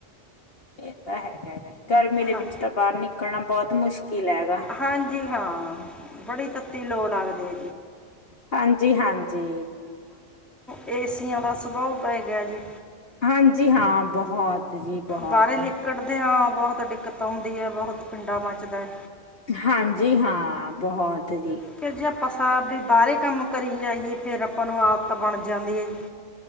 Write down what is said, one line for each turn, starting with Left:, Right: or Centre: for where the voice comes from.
Left: ਏ ਤਾਂ ਹੈਗਾ- ਹੈਗਾ ਗਰਮੀ ਦੇ
Centre: ਹਾਂ
Left: ਵਿੱਚ ਤਾਂ ਬਾਰ ਨਿਕਲਣਾ ਬਹੁਤ ਮੁਸ਼ਕਿਲ ਹੈਗਾ।
Centre: ਹਾਂਜੀ ਹਾਂ ਬੜੀ ਤੱਤੀ ਲੋ ਲੱਗਦੀ।
Left: ਹਾਂਜੀ ਹਾਂਜੀ
Centre: ਏ ਸੀਆਂ ਦਾ ਸੁਭਾਓ ਪੈ ਗਿਆ ਜੀ।
Left: ਹਾਂਜੀ ਹਾਂ ਬਹੁਤ ਜੀ ਬਹੁਤ
Centre: ਬਾਰੇ ਲਿਕੜਦੇ ਆਂ ਬਹੁਤ ਦਿੱਕਤ ਆਉਂਦੀ ਏ ਬਹੁਤ ਪਿੰਡਾਂ ਮਚਦਾ ਐ।
Left: ਹਾਂਜੀ ਹਾਂ ਬਹੁਤ ਜੀ।
Centre: ਫਿਰ ਜੇ ਆਪਾਂ ਸਾਰਾ ਦਿਨ ਬਾਰੇ ਕੰਮ ਕਰੀ ਜਾਈਏ, ਫੇਰ ਆਪਾਂ ਨੂੰ ਆਪ ਬਣ ਜਾਂਦੀ ਏ ਜੀ